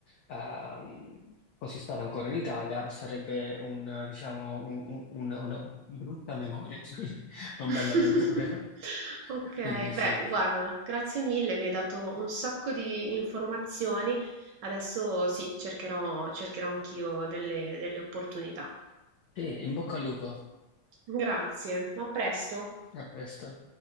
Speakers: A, on the left; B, on the right.
A: ehm, fossi stata ancora in Italia sarebbe un, eh, diciamo, un- un- una, una brutta memoria, <laughs> non
B: <laughs>
A: bella memoria.
B: Ok,
A: Quindi sì.
B: beh, guarda, grazie mille, mi hai dato un sacco di informazioni. Adesso sì, cercherò, cercherò anch'io delle delle opportunità.
A: E in bocca al lupo,
B: Grazie, a presto.
A: a presto.